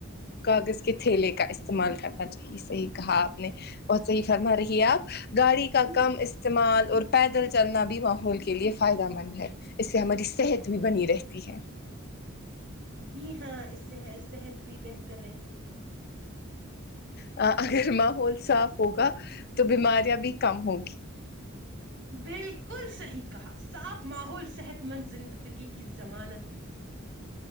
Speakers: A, on the left; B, on the right.
A: کاغذ کے تھیلے کا استعمال کرنا چاہیے صحیح کہا آپ نے بہت صحیح فرما رہی ہے آپ گاڑی کا
B: ہم،
A: کم اس تعمال اور پیدل چلنا بھی ماحول کے لیے فائدہ مند ہے اس سے ہماری صحت بھی بنی رہتی ہے
B: جی ہاں اس سے ہے صحت بھی بہتر رہتی ہے
A: اگر ماحول صاف ہوگا تو بیماریاں بھی کم ہوگی
B: بالکل صحیح کہا صاف ماحول صحت مند زندگی کی ضمانت ہے